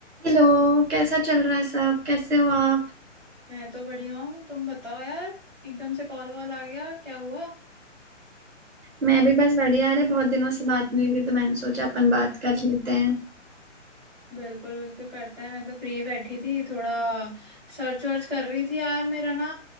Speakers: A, on the right; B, in the centre.
A: Hello कैसा चल रहा है सब कैसे हो आप
B: मैं तो बढ़िया हूँ तुम बताओ यार एकदम से कॉल वॉल आ गया क्या हुआ
A: मैं भी बस बढ़िया अरे बहुत दिनों से बात नहीं हुई थी तो मैंने सोचा अपन बात कर लेते हैं
B: बिल्कुल बिल्कुल करते हैं मैं तो फ्री बैठी थी थोड़ा सर्च वर्च कर रही थी यार मेरा ना